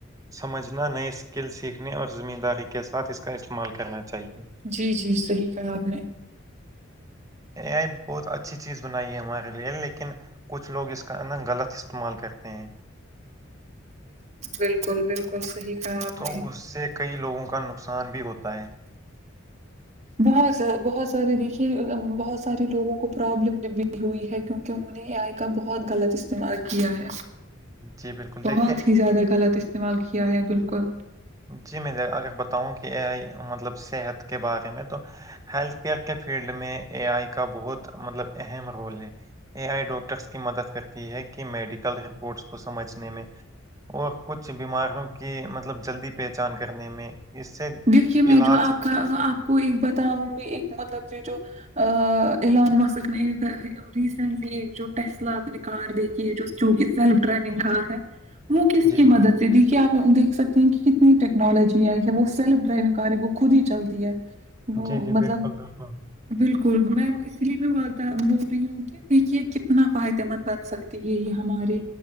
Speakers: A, on the right (about 15°); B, on the right (about 35°).
A: سمجھنا نئے اسکل سیکھنے اور ذمہ داری کے ساتھ اس کا استعمال کرنا چاہیئے
B: جی جی صحیح کہا آپ نے
A: اے آئی بہت اچھی چیز بنائی ہے ہمارے لیے لیکن کچھ لوگ اس کا نا غلط استعمال کرتے ہیں
B: بالکل بالکل صحیح کہا آپ
A: تو
B: نے
A: اس سے کئی لوگوں کا نقصان بھی ہوتا ہے
B: بہت بہت سارے دیکھیے بہت سارے لوگوں کو پرابلم بھی ہوئی ہے کیونکہ انہوں نے نے اے ائی کا بہت غلط استعمال کیا ہے
A: جی بالکل
B: بہت
A: دیکھیے
B: ہی زیادہ غلط استعمال کیا ہے بالکل
A: جی میں اگر بتاؤں کہ اے آئی مطلب صحت کے بارے میں تو ہیلتھ کیئر کے فیلڈ میں اے آئی کا بہت مطلب اہم رول ہے اے آئی ڈاکٹرس کی مدد کرتی ہے میڈیکل رپورٹس کو سمجھنے میں اور کچھ بیماریوں کی مطلب جلدی پہچان کرنے میں اس سے
B: دیکھیے میں
A: علاج
B: جو آپ کا آپ کو ایک بتاؤں گی ایک مطلب کہ جو ایلون مسک نے ریسینٹلی ایک جو ٹسل اپ نے کار دیکھی ہے جو جوک سیلف ڈرائیونگ کار ہے وہ کس
A: جی
B: کی
A: جی
B: مدد سے دیکھیے آپ دیکھ سکتے ہیں کہ کتنی ٹیکنالوجی آئی یا وہ سیلف ڈرائیونگ وہ خود ہی چلتی ہے وہ
A: جی جی
B: مطلب
A: بالکل بالکل
B: بالکل میںم اس لیے بھی بتا بول رہی ہوں کہ دیکھیے کتنا فائدے مند بن سکتی ہے یہ ہمارے